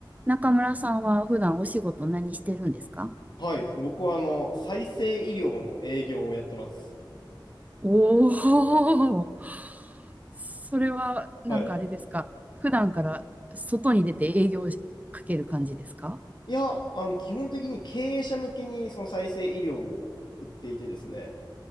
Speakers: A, on the right; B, on the left.
A: 中村さんは普段お仕事何してるんですか
B: はい。僕は、あの、再生医療の営業をやってます。
A: おー、それはなんかあれですか。
B: はい。
A: 普段から外に出て営業をかける感じですか
B: いや、あの、基本的に経営者向けに、その再生医療を売っていてですね。